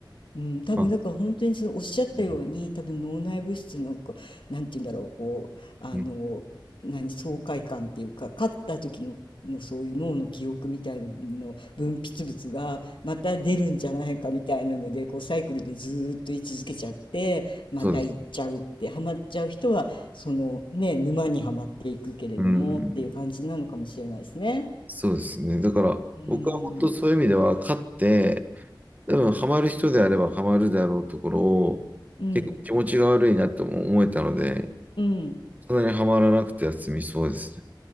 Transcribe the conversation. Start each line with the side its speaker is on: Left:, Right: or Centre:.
Left: うん、多分なんか本当にそのおっしゃったように多分脳内物質のこう、
Right: あ、うん
Left: なんて言うんだろう、こうあの何爽快感っていうか勝った時の、
Right: うん
Left: のそういう脳の記憶みたいなの分泌物がまた出るんじゃないかみたいなのでこうサイクルでずーっと居続けちゃってまた行っちゃうってハマっちゃう人はそのね沼にはまっていくけれどもっていう感じなのかもしれないですね。
Right: そうです。うん。そうですね。だから、
Left: うん
Right: 僕は本当そういう意味では、勝って、多分ハマる人であればハマるだろうところを、
Left: うん、
Right: 結構気持ちが悪いなとも思えたので、
Left: うん、
Right: そんなにハマらなくては済みそうですね。